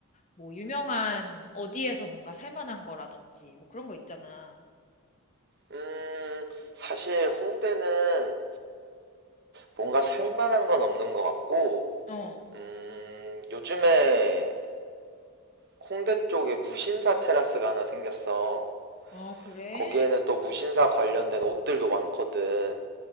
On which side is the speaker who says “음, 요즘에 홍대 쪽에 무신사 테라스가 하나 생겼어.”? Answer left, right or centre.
Right